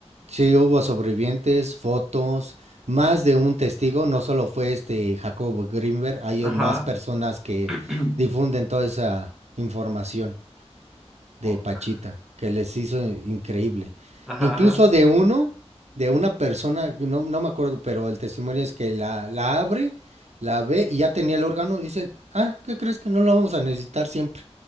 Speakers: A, on the right; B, in the centre.
A: si hubo sobrevivientes, fotos, más de un testigo, no solo fue este Jacobo Greenberg, hay
B: Ajá.
A: más personas que
B: <clears throat>
A: difunden toda esa información de
B: Fuck.
A: Pachita, que les hizo increíble.
B: Ajá,
A: Incluso
B: ajá,
A: de uno, de una persona, no, no me acuerdo, pero el testimonio es que la, la abre, la ve y ya tenía el órgano, dicen, ah, ¿qué crees que no lo vamos a necesitar siempre?